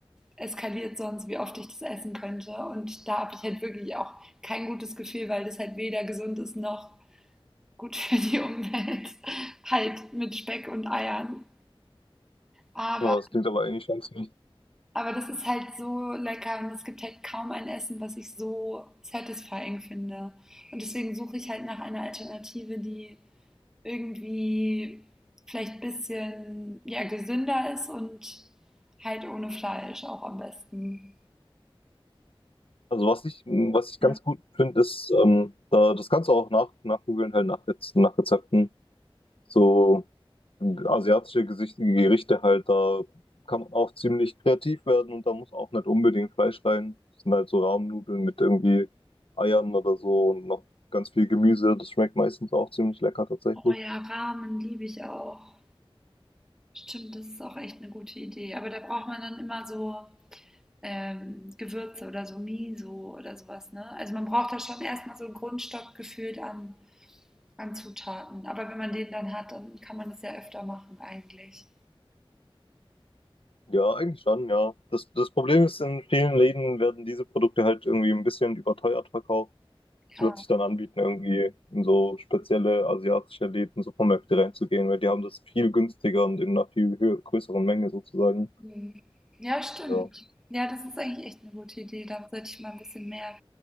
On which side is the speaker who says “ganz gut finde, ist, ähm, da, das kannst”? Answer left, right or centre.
Left